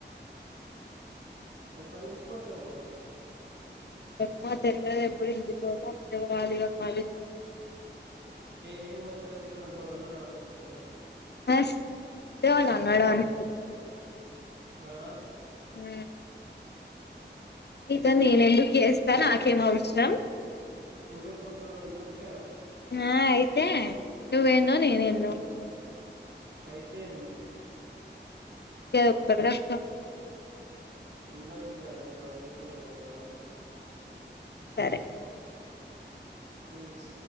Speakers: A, on the right; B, on the left.
A: ఏప్పనుంచి పోతావ్ మరి
B: ఏమ్మో తెలియదు ఎప్పుడు ఇంటి పోతే అవాలిగా కాలే
A: ఏం ఏం పోతావుతి కొన్ని రోజులు నాతో స్పెండ్ చెయ్
B: ఆ డోలనే డాలి
A: ఆ
B: ఉ ఇక నేను ఎందుకు చేస్తా నాకేం అవసరం
A: ఇంకా కొన్ని రోజులు ఉండొచ్చు కదా
B: ఆ అయితే నువ్వేందో నేనేందో
A: అయితే ఏంటి
B: గాదొక్కటి తక్కువ
A: ఉండొచ్చు కదా నేను అడుగుతున్నాను కదా నా కోసం
B: సరే
A: ప్లీజ్